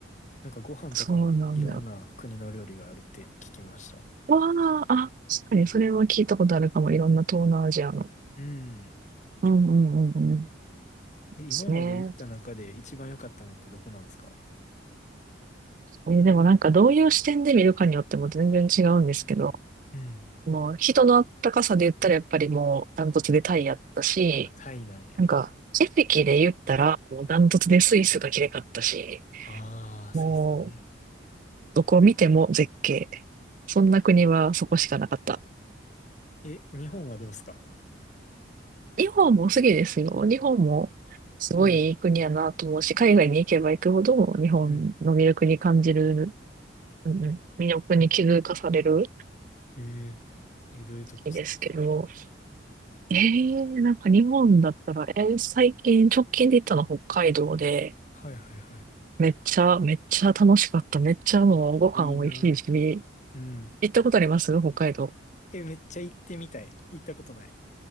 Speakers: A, on the left; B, on the right.
A: なんかご飯とかもいろんな国の料理があるって聞きました。
B: そうなんだ。わあ、あ、確かに、それは聞いたことあるかも。いろんな東南アジアの。
A: うん。
B: うんうんうんうん。で
A: え、今まで行った中で一番良かったのってどこなんですか
B: すね。えーでもなんかどういう視点で見るかによっても全然違うんですけど、
A: うん。
B: もう人のあったかさで言ったらやっぱりもうダントツでタイやったし、
A: あタイなんや。
B: なんか景色で言ったらもうダントツでスイスが綺麗かったし、
A: ああ、スイスね。
B: もうどこ見ても絶景。そんな国はそこしかなかった。
A: えーえ、日本はどうですか
B: 日本もすぎですよ。日本もすごいいい国やなと思うし、
A: うん。
B: 海外に行けば行くほど日本の魅力に感じる、
A: うん
B: うんうん魅力に気づかされる
A: えー、え、どういうとこですか
B: 国ですけど、ええなんか日本だったら、えー最近、直近で行ったの北海道で、
A: はいはいは
B: めっちゃ、めっちゃ楽しかった。めっちゃもうご飯美味しいし、
A: い。いいな。うん。
B: 行ったことあります北海道。
A: え、めっちゃ行ってみたい。行ったことない。